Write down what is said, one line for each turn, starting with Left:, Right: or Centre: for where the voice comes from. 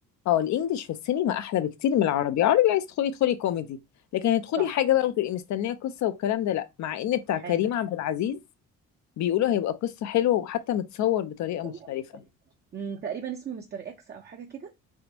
Left: آه، الإنجليش في السينما أحلى بكتير من العربي، العربي عايزة تدخلي ادخلي كوميدي، لكن هتدخلي
Right: صح
Left: حاجة بقى وتبقي مستنية قصة والكلام ده لأ، مع إن بتاع
Right: استحاله
Left: كريم عبد العزيز بيقولوا هيبقى قصة حلوة وحتى متصور بطريقة
Right: طريقة
Left: مختلفة.
Right: مختلفة. أمم، تقريبا اسمه مستر اكس او حاجه كده